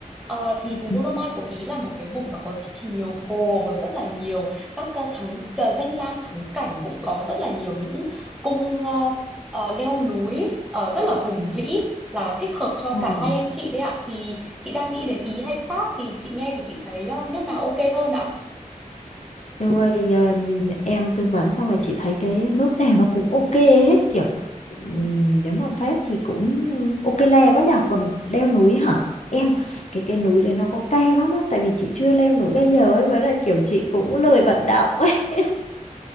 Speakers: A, in the centre; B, on the left.
A: Ờ, thì vùng
B: Ừ.
A: Dolomite của Ý là một cái vùng mà có rất là nhiều hồ, có rất là nhiều các ờ, thắng ờ, danh lam thắng cảnh cũng có rất là nhiều những cung ờ, ờ, leo núi ờ, rất là hùng vĩ là thích hợp cho
B: Ồ.
A: cả hai anh chị đấy ạ thì chị đang nghĩ đến Ý hay Pháp thì chị nghe thì chị thấy ờ, nước nào ok hơn ạ
B: Em ơi, à, em tư vấn xong rồi chị thấy cái nước nào nó cũng ok hết kiểu ừm, nếu mà Pháp thì cũng ok le quá nhở còn leo núi hả em cái cái núi đấy nó có cao lắm không tại vì chị chưa leo núi bây giờ ấy với lại kiểu chị cũng lười vận động ấy <laughs>